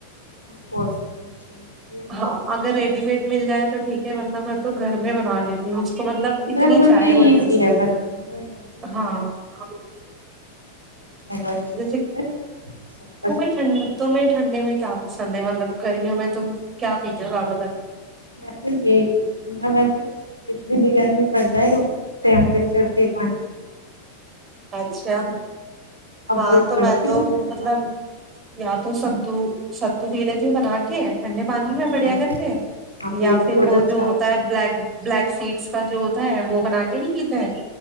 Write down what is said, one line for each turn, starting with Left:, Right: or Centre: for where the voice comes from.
Left: ہاں
Right: <unintelligible>
Left: کولڈ کافی اچھی لگتی ہے ویسے
Right: ہاں
Left: تو
Right: اگر ریڈی
Left: سر
Right: میڈ مل جائے تو ٹھیک ہے وردہ مت تو گھر میں بنا کہتے <unintelligible> ج <unintelligible> مطلب اتنی
Left: گھر میں
Right: چائے
Left: بھی
Right: مجھے
Left: ایزی
Right: اس کی
Left: ہے بنانی وہی بن جاتی
Right: ہاں
Left: ہے
Right: <unintelligible>
Left: چلو اچھی
Right: جیسے
Left: بات ہے سب کا
Right: تمیں
Left: شریر
Right: ھن
Left: ٹھنڈا
Right: تمہیں
Left: رہے
Right: ٹھنڈے میں کیا پسند <unintelligible> سنندے مطلب گرمیوں میں تم کیا پیتے ہو زیادہ گرمی
Left: میں تو یہی پوچ ہوں میں ویسے کتنی بھی گرمی پڑ جائے گا ہوں ٹیمپریچر پانی <unintelligible>
Right: اچھا
Left: اوائڈ
Right: ہاں تو
Left: کرتی
Right: میں تو
Left: ہوں ٹھنڈا
Right: مطلب
Left: پانی
Right: یا تو سک دوں <unintelligible> ستو ولتی بنا کے <unintelligible> ٹھنڈے پانی
Left: ہاں
Right: میں
Left: ہاں
Right: بڑھیا کر کے
Left: ہاں
Right: یا
Left: بھی
Right: پھر
Left: بہت
Right: وہ
Left: اچھا
Right: جو ہوتا ہے بلیک بلیک سیڈس کا جو ہوتا ہے <unintelligible> ہے وہ بنا کے نہیں پیتا ہے <inaudible>